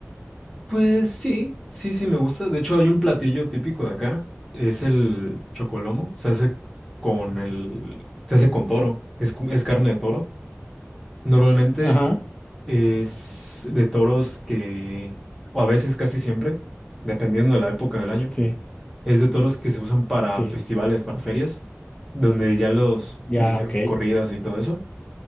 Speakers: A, in the centre; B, on the left.
A: Pues sí, sí, sí, me gusta. De hecho, hay un platillo típico de acá, es el chocolomo, se hace con el, se hace con toro, es, cu- es carne de toro. Normalmente
B: Ajá.
A: es de toros que, o a veces casi siempre, dependiendo de la época del año,
B: sí
A: es de toros que se usan para
B: Sí,
A: festivales, para ferias, donde ya los
B: ya,
A: le hicieron
B: ok.
A: corridas y todo eso.